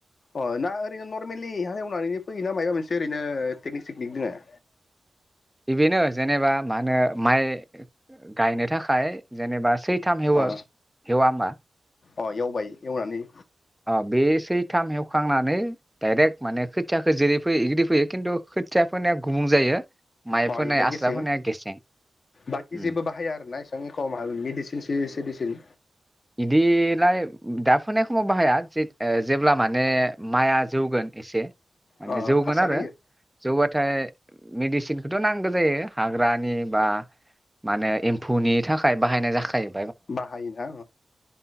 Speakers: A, on the left; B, in the centre.
A: अ ना ओरैनो नरमेलि हालेवनानैनो फैयोना माबा मोनसे ओरैनो टेकनिक सेकनिक दङ।
B: बेदिनो जेनेबा। मा होनो माइ। गायनो थाखाय जेनेबा सैथ ‌ थाम हेवा
A: अ
B: हेवा होमबा।
A: अ एवबाय एवनानै।
B: अ बे सैथाम हेवखांनानै डाइरेक्ट माने खोथियाखौ जेरै फैयो बिदि फैयो खिन्थु खोथिया फोननायाया गुबुं जायो। माइ
A: अ बायदि
B: फोनाय आस्रा
A: गेसिं
B: फोनाया गेसें
A: बाखि
B: उम
A: जेबो बाहाया आरोना एसेबां एख मेडिसिन सि सिडिसिन।
B: बिदिलाय दा फोनाय समाव बाहाया जे जेब्ला माने माइआ जौगोन एसे। माने
A: अ
B: जौगोन
A: हासार
B: आरो
A: होयो
B: जौबाथाय मेदिसिन। मिदिसिनखौथ' नांगौ जायो हाग्रानि बा मा होनो एम्फौनि थाखाय बाहायनाय जाखायो।
A: बाहायोना।